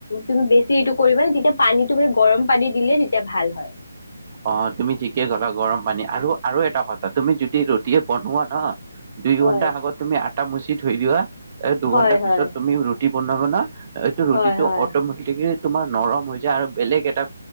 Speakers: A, on the left; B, on the right.
A: তুমি বেছি এইটো কৰিবা নে তেতিয়া পানীটো মানে গৰম পানী দিলে তেতিয়া ভাল হয়
B: অ তুমি ঠিকে গলা গৰম পানী আৰু আৰু এটা কথা তুমি যদি ৰুটিয়ে বনোৱা ন দুই
A: হয়
B: ঘণ্টা আগত তুমি আ আটা মচি থৈ দিবা এ দুঘণ্টা
A: হয় হয়
B: পিছত তুমি ৰু <unintelligible> বনাব ন এইটো ৰুটিটো
A: হয় হয়
B: অটমেটিকি তোমাৰ নৰম হৈ যায় আৰু বেলেগ এটা